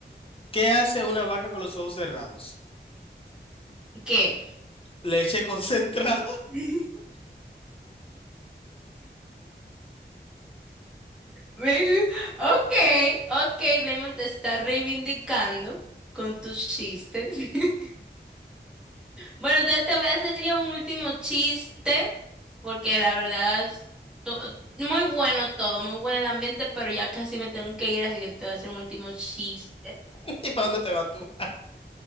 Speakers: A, on the left (about 30°); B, in the centre.
A: ¿Qué hace una vaca con los ojos cerrados?
B: ¿Qué?
A: Leche <laughs> concentrada.
B: <laughs> Ve- ok, okay, Raymond te está reivindicando con tus chistes. <laughs> Bueno, entonces te voy a hacer ya un último chiste, porque la verdad, to- muy bueno todo, muy bueno el ambiente, pero ya casi me tengo que ir, así que te voy a hacer un último chiste.
A: <laughs> ¿Y para dónde te vas tú?